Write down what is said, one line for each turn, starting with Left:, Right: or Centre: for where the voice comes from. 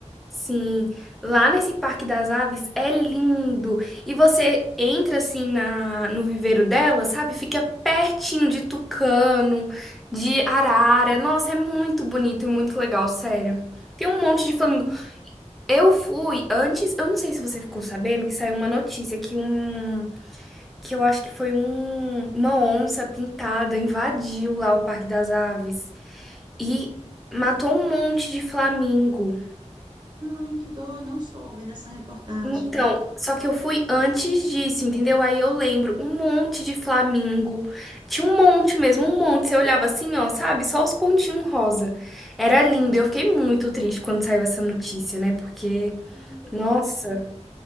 Centre: Sim, lá nesse Parque das Aves é lindo. E você entra assim na no viveiro dela, sabe? Fica pertinho de tucano, de arara. Nossa, é muito bonito e muito legal, sério. Tem um monte de
Right: Ai,
Centre: flamingos Eu fui antes, eu não sei se você ficou sabendo que saiu uma notícia que um, que eu acho que foi um, uma onça pintada invadiu lá o Parque das Aves e matou um monte de flamingo.
Right: ai, que dó, não soube dessa reportagem.
Centre: Então, só que eu fui antes disso, entendeu? Aí eu lembro, um monte de flamingo. Tinha um monte mesmo, um monte. Você olhava assim, ó, sabe? Só os pontinhos rosa. Era lindo. Eu fiquei muito triste quando saiu essa notícia, né? Porque,
Right: Ai, que dó.
Centre: nossa.